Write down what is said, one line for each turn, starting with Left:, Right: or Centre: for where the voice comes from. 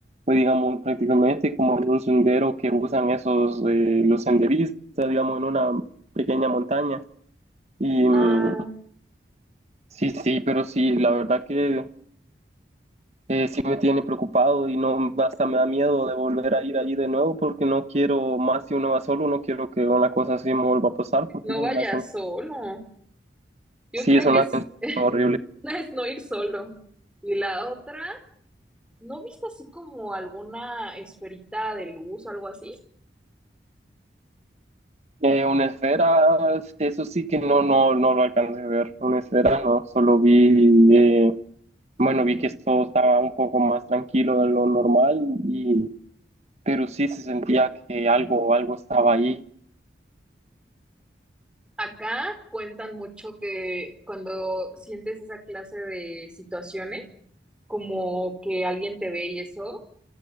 Right: fue, digamos, prácticamente como en un sendero que usan esos, eh, los senderistas, digamos, en una pequeña montaña. Y mm,
Centre: Ah,
Right: sí, sí, pero sí, la verdad que eh, sí me tiene preocupado y no, hasta me da miedo de volver a ir allí de nuevo porque no quiero más si uno va solo, no quiero que una cosa así me vuelva a pasar porque
Centre: no
Right: es una
Centre: vayas
Right: sen-
Centre: solo. Yo
Right: sí
Centre: creo
Right: es una
Centre: que es,
Right: sensación
Centre: <laughs>
Right: horrible.
Centre: una es no ir solo. Y la otra. ¿No viste así como alguna esferita de luz o algo así?
Right: Eh, una esfera, eso sí que no, no, no lo alcancé a ver. Una esfera no, solo vi, eh, bueno, vi que esto estaba un poco más tranquilo de lo normal, y, pero sí se sentía que algo, algo estaba ahí.
Centre: Acá cuentan mucho que cuando sientes esa clase de situaciones, como que alguien te ve y eso,